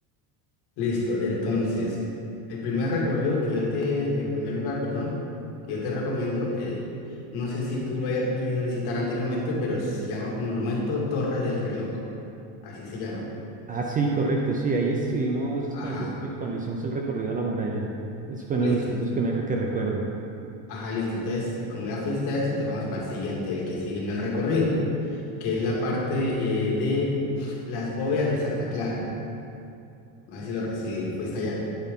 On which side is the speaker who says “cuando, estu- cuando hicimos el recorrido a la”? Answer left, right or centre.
Right